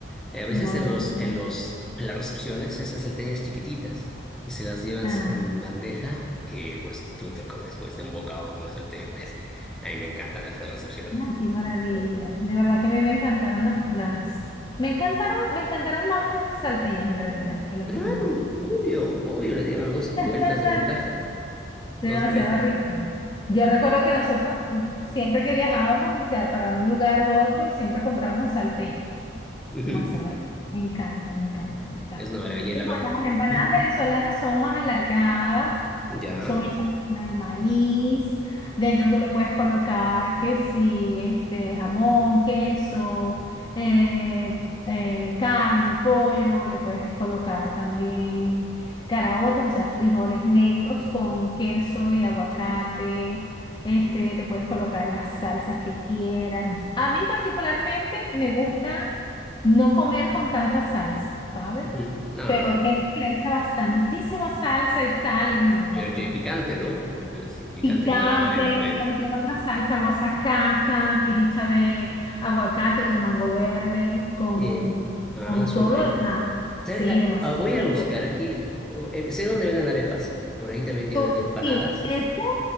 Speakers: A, in the centre; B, on the left.
A: Eh, A veces
B: No,
A: en
B: yo
A: los,
B: prefiero-
A: en los, en las recepciones se hacen salteñas chiquititas y se las llevan
B: Ah,
A: en bandeja y pues tú te comes pues de un bocado una salteña. Pues, a mí me encantan esas recepciones.
B: ah, qué maravilla. De verdad que a mí me encantaron las, las... Me encantaron, me encantaron más las salteñas en realidad que las
A: Claro,
B: tucumanas.
A: obvio, obvio, le dieron dos vueltas
B: <laughs>
A: de ventaja.
B: Demasiado
A: Dos vueltas.
B: rico. Yo recuerdo
A: Sí.
B: que nosotros mm, siempre que viajábamos, o sea, para un lugar u otro, siempre comprábamos salteñas.
A: Ujú.
B: Demasiado. rico. Me encanta, me encanta, me encanta.
A: Es una maravilla. Y
B: Y
A: la ma-
B: bueno, las empanadas
A: ¿Mm?
B: venezolanas son más alargadas,
A: Ya.
B: son hechas con harina de maíz. Dentro tú le puedes colocar que sí, este, jamón, queso, eh, eh, carne, pollo, le puedes colocar también caraotas, o sea, frijoles negros con queso y aguacate. Este, le puedes colocar las salsas que quieras. A mí particularmente me gusta no comer con tanta salsa, ¿sabes?
A: Ujú. No,
B: Pero
A: no,
B: hay
A: no.
B: gente que le echa bastantísima salsa y tal, y no, no, no,
A: Pero
B: yo
A: picante,
B: no.
A: ¿no? Porque sin picante
B: Picante
A: nada vale la pena.
B: y cualquier otra salsa, guasacaca, que es hecha de aguacate o de mango verde, con,
A: Eh, ah,
B: con
A: suena
B: todo lo
A: bien.
B: demás.
A: ¿Sabe?
B: Sí,
A: Ah,
B: demasiado
A: ah, voy
B: rico.
A: a buscar aquí. Eh, sé dónde venden arepas. Por ahí también tienen
B: Tú,
A: empanadas.
B: sí, ¿en serio?